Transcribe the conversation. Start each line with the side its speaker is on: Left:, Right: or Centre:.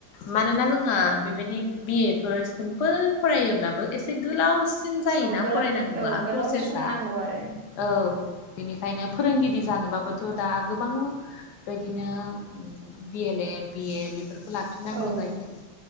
Left: मानोना जोङो बेबायदि बिए फोर सिम्पोल फरायोब्लाबो एसे गोलावसिन जायोना
Right: औ गोलाव
Left: फरायनांगौआ
Right: औ गोलाव
Left: प्रसेसा
Right: सम
Left: औ
Right: नांगौ आरो
Left: बेनिखायनो फोरोंगिरि जानोबाबोथ' दा गोबां बेदिनो बि एल ए बिए बेफोरखौ लाफिननांगौ
Right: औ
Left: जायो